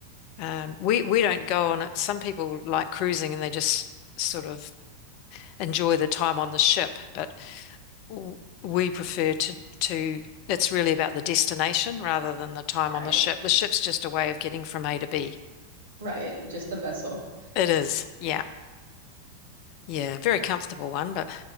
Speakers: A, on the left; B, on the right.
A: Um, we we don't go on it. Some people like cruising and they just sort of enjoy the time on the ship, but w- we prefer to, to it's really about the destination rather than the time
B: Right.
A: on the ship. The ship's just a way of getting from A to B.
B: Right, just the vessel.
A: It is, yeah, yeah, very comfortable one, but